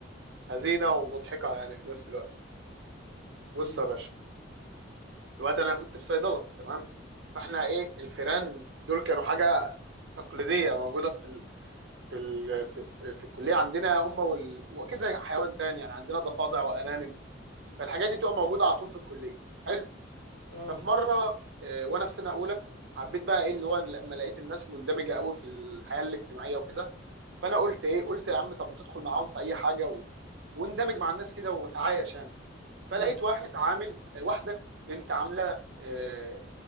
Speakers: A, on the right (about 65°); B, on the left (about 30°).
A: حزينه ومضحكه يعني في نفس الوقت بص
B: أمم.
A: يا باشا دلوقتي انا كنت في صيدله تمام فاحنا ايه الفيران دول كانوا حاجه تقليديه موجوده في ال... في ال... في, الس- في الكليه عندنا هم وال... وكذا حيوان تاني يعني عندنا ضفادع وارانب فالحاجات دي بتبقى موجوده على طول في الكليه حلو
B: اه
A: ففي مره آه، وانا في سنه اولى حبيت بقى ايه اللي هو أنا لما لقيت الناس مندمجه قوي في الحياه الاجتماعيه وكده فانا قلت ايه قلت يا عم طب ما تدخل معاهم في اي حاجه و... واندمج مع الناس كده وتعايش يعني
B: امم
A: فلقيت واحد عامل آه، واحده بنت عامله آه،